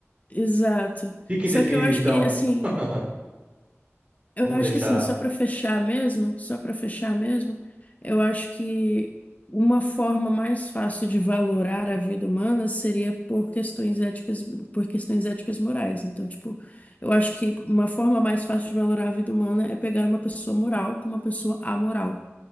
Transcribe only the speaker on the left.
Exato.
Só
que eu acho
que, assim.
Eu
acho
que assim, só para fechar mesmo, só para fechar mesmo, eu acho que uma forma mais fácil de valorar a vida humana seria por questões éticas, por questões éticas morais. Então, tipo, eu acho que uma forma mais fácil de valorar a vida humana é pegar uma pessoa moral com uma pessoa amoral.